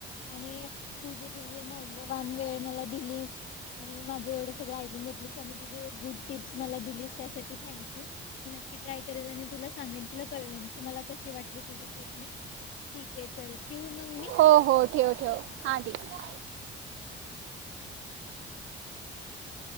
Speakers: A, on the left; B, on the right.
A: आणि तुझे तुझे मौल्यवान वेळ मला दिलीस‌. आणि माझे एवढं सगळं ऐकून घेतलीस, आणि तुझी एक गुड टिप्स मला दिलीस त्यासाठी थँक यू. मी नक्की ट्राय करेल, आणि तुला सांगेन तुला कळवेन तु मला कशी वाटली तुझी ट्रीटमेंट ठीक आहे. चल ठेवू मग मी.
B: हो हो. ठेव ठेव. हा ठीक.
A: <inaudible>